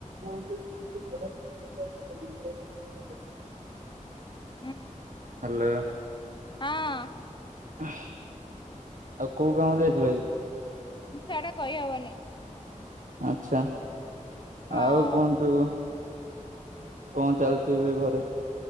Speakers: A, on the right (about 70°); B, on the left (about 35°).
A: <unintelligible>
B: ହୁଁ।
A: ଲ।
B: ହଁ।
A: ଆଉ କୋଉ କାମରେ ଯାଇଥିଲ ଆଜି।
B: ଛାଡ କହିହବନି।
A: ଆଛା
B: ହଁ।
A: ଆଉ କୁହନ୍ତୁ। କଣ ଚାଲିଚି ଏବେ ଘରେ।